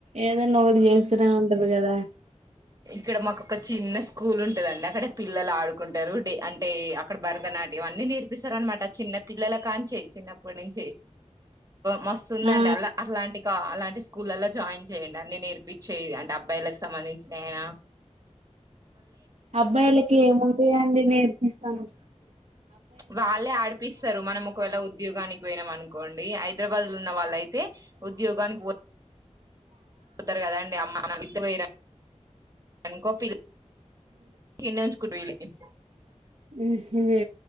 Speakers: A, on the right (about 75°); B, on the right (about 30°).
A: ఏదైనా ఒకటి చేస్తేనే ఉంటారు. ఉ గదా
B: ఇక్కడ మాకు ఒక చిన్న స్కూల్ ఉం ద అండి అక్కడ పిల్లలు ఆడు కుంటారు డే అంటే అక్కడ భరతనాట్యం అన్ని నేర్పి విసరరామాట చిన్నపిల్లల కాంచె చిన్నప్పటినుంచి మస్తుందండి,
A: ఆ
B: అళ్ళ అట్లాంటి కా అలాంటి స్కూలల్లో జాయిన్ చేయండి అన్నీ నేర్పించేయి అంటే అబ్బాయిలకు సంబంధించి నేనా
A: అబ్బాయిలకి ఏముంటయీ అండి నేర్పి ఇస్తాను
B: వాళ్ళే ఆడిపిస్తారు. మనం ఒకవేళ ఉద్యోగానికి పోయినాం అనుకోండి, హైదరాబాద్ లో ఉన్న వాళ్ళయితే ఉద్యోగానికి పో పోతారు కదండి అమ్మా నాన్న ఇద్దురు పోయిరా ఎంకో పిల్ ఈన్నే ఉంచుకుంట విన్నీ
A: హ్మ్ హు